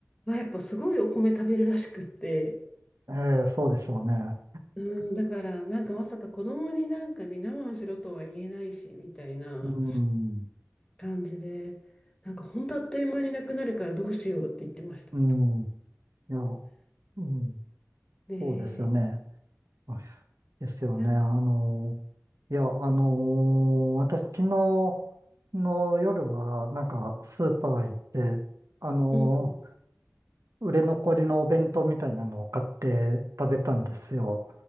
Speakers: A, on the left; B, on the right.
A: はやっぱすごいお米食べるらしくって、
B: ええ、そうでしょうね。
A: うん、だからなんかまさか子供になんかね、我慢しろとは言えないし、みたいな
B: うん、
A: 感じで、なんかほんとあっという間になくなるからどうしようって言ってました。
B: うん、いや、うん、
A: ね
B: そうですよね。あですよね。
A: え、な、
B: あの、いや、あの、私、昨日の夜は、なんか、スーパー行って、あの、
A: うんうん、
B: 売れ残りのお弁当みたいなのを買って食べたんですよ。